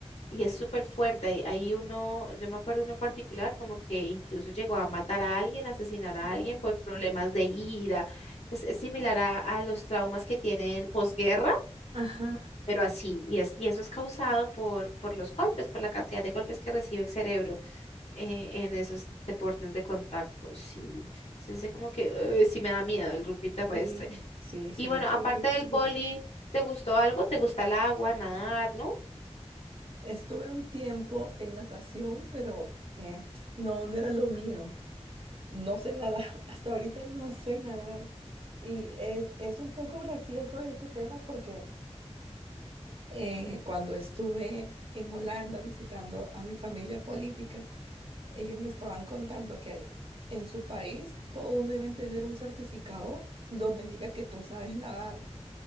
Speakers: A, on the left (about 65°); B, on the right (about 55°).
A: Y es súper fuerte. Hay, hay uno, yo me acuerdo uno en particular, como que incluso llegó a matar a alguien, asesinar a
B: Wow.
A: alguien por problemas de ira. Es, es similar a, a los traumas que tienen posguerra
B: Ajá.
A: pero así, y, es, y eso es causado por, por los golpes, por la cantidad de golpes que recibe el cerebro eh, en esos deportes de contacto, sí. Entonces, es como que eh, sí me da miedo el rugby terrestre.
B: Sí, sí, se
A: Y bueno,
B: ve
A: aparte
B: bien agresivo.
A: del boli, ¿te gustó algo? ¿Te gusta el agua, nadar, no?
B: Estuve un tiempo en natación, pero eh, no, no era lo mío. No sé nadar, <laughs> hasta ahorita no sé nadar. Y es, es un poco gracioso ese tema porque eh, cuando estuve en Holanda visitando a mi familia política, ellos me estaban contando que en su país todos deben tener un certificado donde diga que tú sabes nadar.